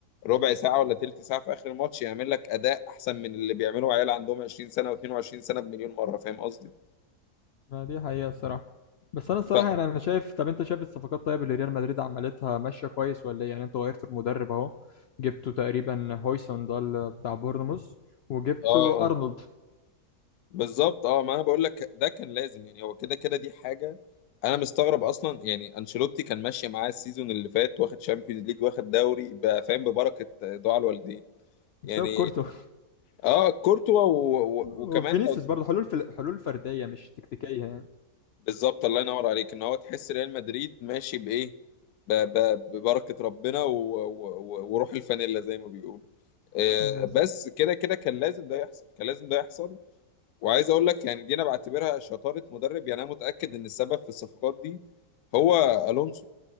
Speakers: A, on the left; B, on the left.
A: ربع ساعة ولا تلت ساعة في آخر الماتش يعمل لك أداء أحسن من اللي بيعمله عيال عندهم 20 سنة و22 سنة بمليون مرة فاهم قصدي؟
B: ما دي حقيقة الصراحة بس انا الصراحة
A: ف...
B: يعني انا شايف طب انت شايف الصفقات طيب اللي ريال مدريد عملتها ماشية كويس ولا ايه يعني انت غيرت المدرب اهو جبتوا تقريبا هويسون ده ال- بتاع بورنموث وجبتوا
A: اه
B: ارنولد
A: بالظبط اه ما انا بقول لك ده كان لازم يعني هو كده كده دي حاجه انا مستغرب اصلا يعني انشيلوتي كان ماشي معاه السيزون اللي فات واخد شامبيونز ليج واخد دوري بقى فاهم ببركه دعاء الوالدين
B: بسبب
A: يعني
B: كورتو <laughs>
A: اه كورتوا و...
B: وفينيسيوس
A: و... وكمان لو تف...
B: برضه حلول في حلول فردية مش تكتيكية يعني
A: بالظبط الله ينور عليك ان هو تحس ريال مدريد ماشي بايه ب... ب... ببركه ربنا و... و... و- وروح الفانيلا زي ما بيقولوا آه
B: بالظبط
A: بس كده كده كان لازم ده يحصل كان لازم ده يحصل وعايز اقول لك يعني دي انا بعتبرها شطاره مدرب يعني انا متاكد ان السبب في الصفقات دي هو الونسو